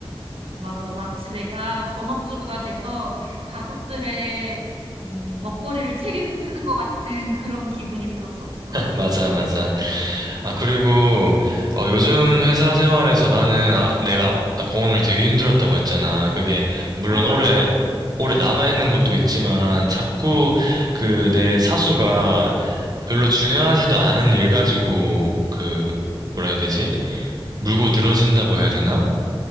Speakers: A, on the right; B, on the right.
A: 맞아. 마치 내가 전업주부가 돼서 가족들의 음, 먹거리를 책임지는 것 같은 그런 기분이 들었었어.
B: 맞아, 맞아. 아, 그리고, 어, 요즘 회사 생활에서 나는, 아, 내가 아까 오늘 되게 힘들었다고 했잖아. 그게, 물론
A: 어,
B: 올해,
A: 맞아, 맞아.
B: 올해 남아있는 것도 있지만, 자꾸 그 내 사수가 별로 중요하지도 않은 일 가지고, 그, 뭐라 해야 되지? 물고 늘어진다고 해야 되나?